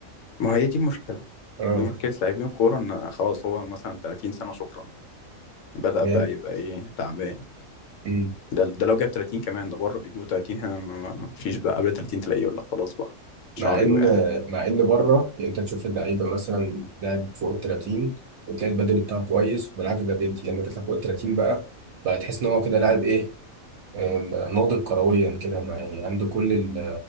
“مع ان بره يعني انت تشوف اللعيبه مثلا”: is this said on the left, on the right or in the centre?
Right